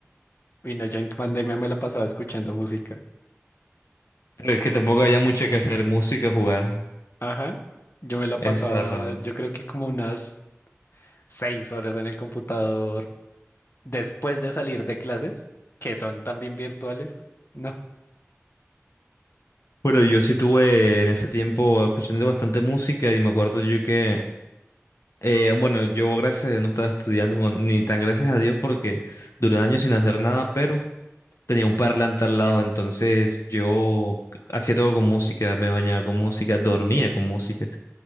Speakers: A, on the left; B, on the left.
A: Y no, yo en pandemia me la pasaba escuchando música.
B: Pero es que tampoco había mucho que hacer, música, jugar,
A: Ajá. Yo me la
B: encerrado.
A: pasaba, yo creo que como unas seis horas en el computador después de salir de clases, que son también virtuales. No,
B: Bueno, yo sí tuve en ese tiempo escuchando bastante música y me acuerdo yo que Eh, bueno, yo gracias a Dios no estaba estudiando, bueno, ni tan gracias a Dios porque duré años sin hacer nada, pero tenía un parlante al lado, entonces yo hacía todo con música, me bañaba con música, dormía con música